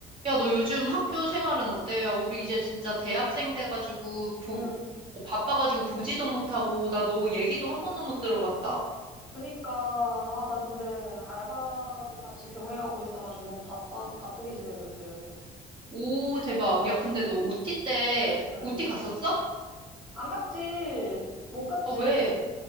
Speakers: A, on the right; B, in the centre.
A: 야, 너 요즘 학교 생활은 어때? 야, 우리 이제 진짜 대학생 돼가지고, 보,
B: 응.
A: 어, 바빠가지고 보지도 못하고, 나 너 얘기도 한 번도 못 들어봤다.
B: 그니까, 아, 나 근데 알바도 같이 병행하고 있어가지고 너무 바빠, 바쁘게 지내고 있어, 요새.
A: 오, 대박. 야, 근데 너 OT 때,
B: 응.
A: OT 갔었어?
B: 안 갔지. 못 갔지.
A: 아, 왜?